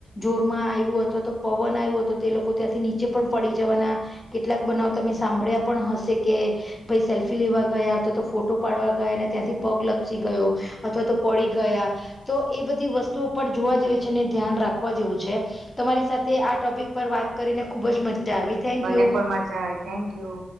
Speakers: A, on the left (about 20°); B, on the right (about 70°).
A: જોરમાં આવ્યું અથવા તો પવન આવ્યો તો તે લોકો ત્યાંથી નીચે પણ પડી જવાના કેટલાક બનાવ તમે સાંભળ્યા પણ હશે કે ભાઈ સેલ્ફી લેવા ગયા તો તો ફોટો પાડવા ગયા ને ત્યાંથી પગ લપસી ગયો અથવા તો પડી ગયા તો એ બધી વસ્તુઓ પણ જોવા જેવી છે ને ધ્યાન રાખવા જેવું છે. તમારી સાથે આ ટોપિક પર વાત કરીને ખુબ જ મજા આવી. થેન્ક
B: મને
A: યુ
B: પણ મજા આવી થેન્ક યુ.